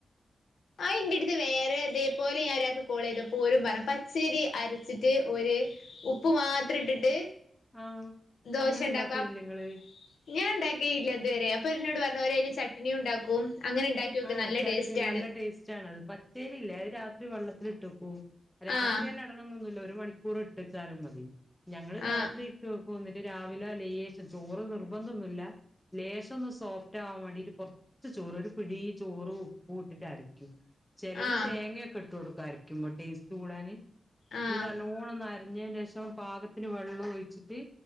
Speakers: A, on the left (about 85°); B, in the centre.
A: അയിന്റട്ത്ത് വേറെ തേപോലെ ഞാനോരാക്ക് കോളിത ഓരും പറ പച്ചേരി അരച്ചിട്ട് ഓര് ഉപ്പ് മാത്രട്ടിട്ട്
B: ആഹ്
A: ദോഷണ്ടാക്കും
B: അങ്ങനെ ഉണ്ടാക്കലില്ലേ
A: അപ്
B: ഇങ്ങള്
A: ഞാൻണ്ടാക്കേയില്ലത്വരെ അപ്പൊ ഓര് ന്നോട് പർഞ്ഞു ഓരയ്ന് ചട്ട്ണിയു ണ്ടാക്കും അങ്ങനെ ഉണ്ടാക്കി നോക്ക്
B: ആഹ്
A: നല്ല
B: ചട്ട്ൺ
A: ടേസ്റ്റ് ആണ്
B: നല്ല ടേസ്റ്റാണത് പ ച്ചേരില്ലേ അത് രാത്രി വെള്ളത്തിൽട്ടക്കും രാത്രി
A: ആഹ്
B: തന്നെ ട്ടണംന്നൊന്നുല്ല ഒരു മണിക്കൂർട്ടച്ചാലും മതി ഞങ്ങള്
A: ആഹ്
B: രാത്രി ഇട്ട് വെക്കും ന്നിട്ട് രാവിലെ ലേശം ചോറ് നിർബന്ധോന്നുല്ല ലേശൊന്ന് സോഫ്റ്റാവാംവാണ്ടിറ്റ് കൊർച്ച് ചോറ് പിടീ ചോറും ഉപ്പുഇട്ടിട്ടരക്യും ചെലര്
A: ആഹ്
B: തേങ്ങ്യക്കെഇട്ടോടുക്കു അര ക്യുമ്പോ ടേസ്റ്റ്കൂടാന്
A: ആഹ്
B: ന്നിട്ട് നല്ലൊണോന്ന് അര അര്ഞ്ഞേന്റെഷം പാകത്തിന് വെ ള്ളോയ്ച്ചിട്ട്